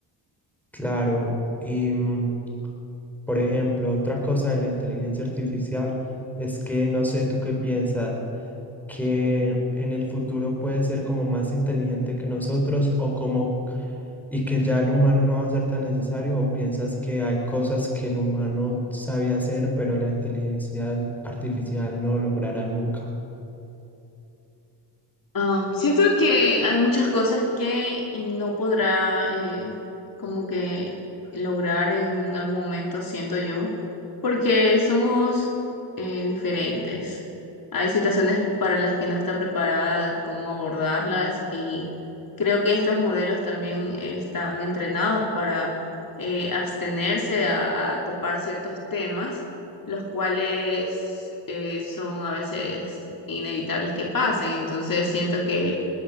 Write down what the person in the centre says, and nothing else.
Claro, y mm, por ejemplo, otra cosa de la inteligencia artificial es que no sé, ¿tú qué piensas? que en el futuro puede ser como más inteligente que nosotros o como y que ya el humano no va a ser tan necesario o piensas que hay cosas que el humano sabía hacer pero la inteligencia artificial no logrará nunca.